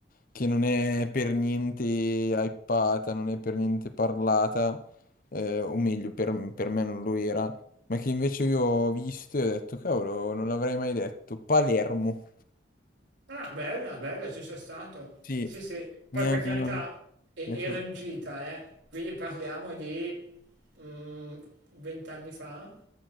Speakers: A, on the left; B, on the right.
A: che non è per niente hypata, non è per niente parlata, eh, o meglio, per, per me non lo era, ma che invece io ho visto e ho detto, cavolo, non l'avrei mai detto. Palermo.
B: Ah, bella, bella, ci sono stato.
A: Sì,
B: Sì, sì. Poi
A: mi
B: per
A: ha... mi
B: carità, e-
A: ha
B: ero
A: sorpreso.
B: in gita, eh. Quindi parliamo di mm, vent'anni fa,